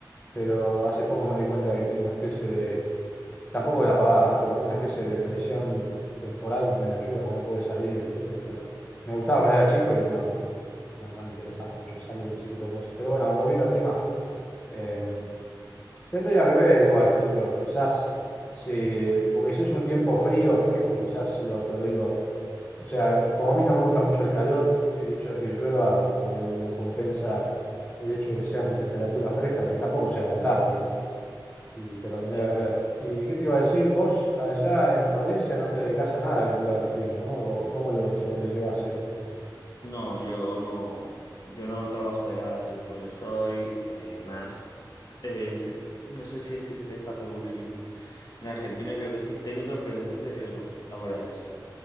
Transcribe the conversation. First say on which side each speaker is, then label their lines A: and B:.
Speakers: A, on the left; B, on the left.
A: pero hace poco me di cuenta de que tengo una especie de, tampoco de la pavada, ¿no? Pero tengo una especie de depresión temporal cuando viene la lluvia, cuando no puedo salir, etcétera, pero me gustaba cuando era chico y no, no, no me interesaba mucho salir de ese tipo de cosas. Pero bueno, volviendo al tema, eh, tendría que ver igual, qué sé yo, quizás si, porque si es un tiempo frío, fresco, quizás lo tolero. O sea, como a mí no me gusta mucho el calor, el hecho de que llueva como que lo compensa el hecho de que sean temperaturas frescas y que tampoco sea la Antártida, ¿no? y te lo tendría
B: ya.
A: que ver. ¿Y qué te iba a decir? Vos allá en Valencia no te dedicás a nada vinculado al turismo, ¿no? ¿O o cómo lo sobrellevas eso?
B: No, yo no, yo no trabajo de nada de turismo. Yo soy eh, más, eh, soy- no sé si existe esa figura allí en, en Argentina, creo que sí, técnico de prevención de riesgos laborales.